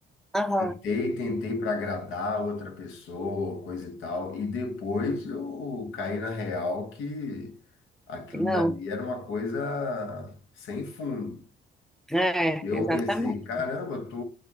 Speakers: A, in the centre; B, on the left.
A: Aham.
B: Tentei, tentei para agradar outra pessoa, coisa e tal. E depois eu caí na real que aquilo
A: Não,
B: dali era uma coisa sem fundo.
A: é,
B: Eu
A: exatamente.
B: pensei, caramba, eu tô,